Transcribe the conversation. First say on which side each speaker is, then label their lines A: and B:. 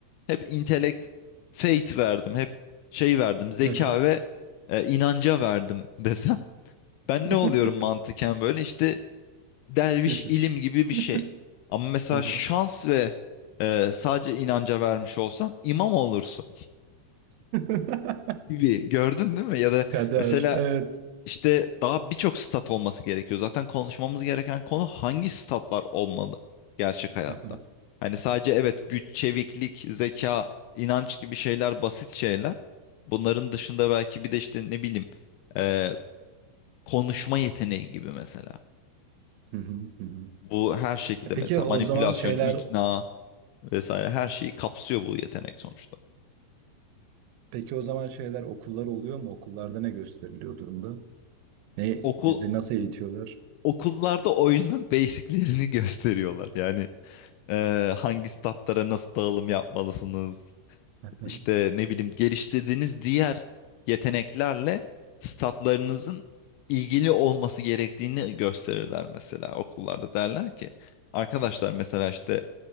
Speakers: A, on the left; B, on the right.
A: Hep intelekt, faith verdim. Hep şey verdim, zeka
B: Hı hı.
A: ve e, inanca verdim <laughs> desem. Ben
B: <laughs>
A: ne oluyorum mantıken böyle işte derviş
B: Keşiş.
A: ilim gibi bir
B: <laughs>
A: şey. Ama mesela
B: Hı hı.
A: şans ve e, sadece inanca vermiş olsan imam olursun
B: <laughs>
A: gibi gördün değil mi? Ya da
B: Kader.
A: mesela
B: Evet.
A: İşte daha birçok stat olması gerekiyor. Zaten konuşmamız gereken konu hangi statlar olmalı gerçek hayatta?
B: Hı hı.
A: Hani sadece evet güç, çeviklik, zeka, inanç gibi şeyler basit şeyler. Bunların dışında belki bir de işte ne bileyim eee, konuşma yeteneği gibi mesela.
B: Hı hı. Hı hı.
A: Bu her şekilde
B: E Peki
A: mesela
B: o
A: manipülasyon,
B: zaman şeyler
A: ikna vesaire her şeyi kapsıyor bu yetenek sonuçta.
B: peki o zaman şeyler okullar oluyor mu? Okullarda ne gösteriliyor durumda? Ne
A: Okul
B: bizi nasıl eğitiyorlar?
A: okullarda oyunun basiclerini gösteriyorlar. Yani e, hangi statlara nasıl dağılım yapmalısınız?
B: <laughs>
A: işte ne bileyim geliştirdiğiniz diğer yeteneklerle statlarınızın ilgili olması gerektiğini gösterirler mesela okullarda derler ki arkadaşlar mesela işte